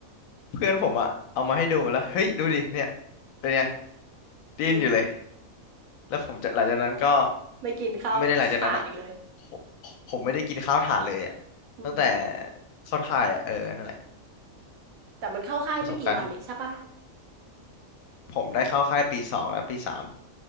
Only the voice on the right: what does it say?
อืม
ไม่กินข้าวขาดอีกเลย
อืม
แต่มันเข้าค่ายไม่กี่วันนี่ใช่ปะ
เท่าไหร่